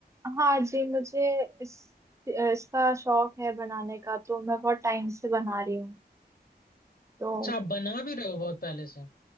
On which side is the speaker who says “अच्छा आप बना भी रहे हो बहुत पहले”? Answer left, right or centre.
Left